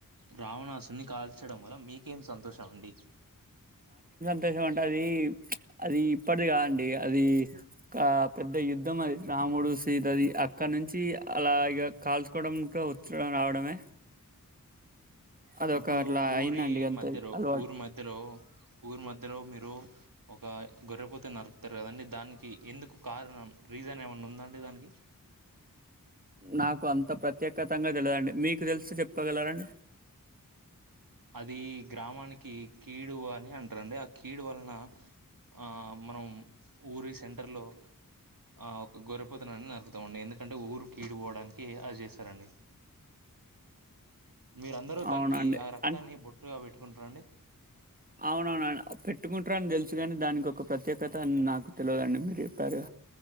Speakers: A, on the right; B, on the right.
A: రావణాసుని కాల్చడం వల్ల మీకేం సంతోషం అండి
B: తోషం అంటే అది ప్చ్ అది ఇప్పటిది కాదండి, అది ఒక పెద్ద యుద్ధం అది రాముడు సీతది అక్కనుంచి అలా ఇగ కాల్చుకోవడం ఇంక వచ్చుడు రావడమే, అదొక
A: ఇప్పుడు
B: అట్లా
A: ఊరి
B: అయిందండి అంతే
A: మధ్యలో
B: అలవాటు
A: ఊరు మధ్యలో ఊరి మధ్ మధ్యలో మీరు ఒక గొర్రెపోతే నరుకుతారు కదండి దానికి ఎందుకు కారణం రీజన్ ఏమైనా ఉందాండి దానికి
B: నాకు అంత ప్రత్యేకతంగా తెలియదండి మీకు తెలిసి చెప్పగలరండి
A: అది గ్రామానికి కీడు అని అంటారండి, ఆ కీడు వలన ఆ మనం ఊరి సెంటర్ లో ఆ ఒక గొర్రిపోతునని నరుకుతారండి ఎందుకంటే ఊరు కీడు పోవడానికి అది చేస్తారండి. మీరు అందరూ దానికి
B: అవునండి
A: ఆ ర
B: అంటే
A: ని బొట్టుగా పెట్టుకుంటారండి
B: అవును అవును పెట్టుకుంటారని తెలుసు కాని దానికి ఒక ప్రత్యేకత అని నాకు తెలువదండి మీరు చెప్పారు.